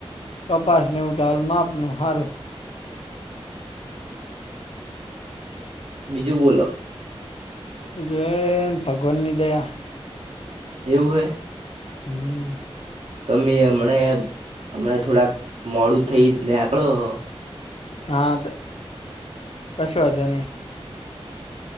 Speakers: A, on the left; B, on the right.
A: કપાસને એવું તો હાલ માપનો હારું.
B: બીજું બોલો.
A: જયન ભગવાનની દયા.
B: એવું હૈ?
A: હમ
B: તમે હમણા હમણા થોડાક મોડું થઈ નેંકળો હો.
A: હા કશો વાંધો નઈ.